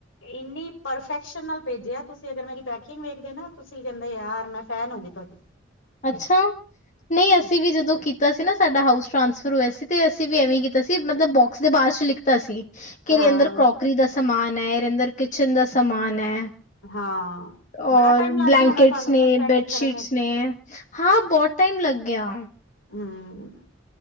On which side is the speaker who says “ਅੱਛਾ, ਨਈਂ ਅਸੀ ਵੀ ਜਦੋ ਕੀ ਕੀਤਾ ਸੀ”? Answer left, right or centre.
Left